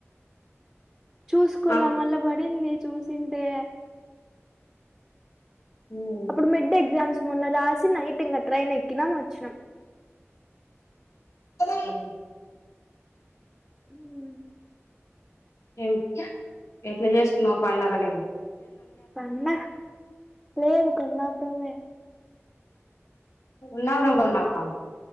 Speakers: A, in the centre; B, on the left.
A: చూస్కోలా
B: ఆ
A: మళ్ళా పడింది చూసింటే.
B: ఉమ్.
A: అప్పుడు మిడ్ ఎగ్జామ్స్ మొన్న రాసిన. ట్రెన్ ఎక్కిన వచ్చినా.
B: <unintelligible>
A: ఉమ్.
B: ఏం. ఎట్లా జేస్కున్నావ్ పండగని.
A: పన్న లేదు కొన్న <unintelligible>
B: ఉన్నావర ఉన్నావ.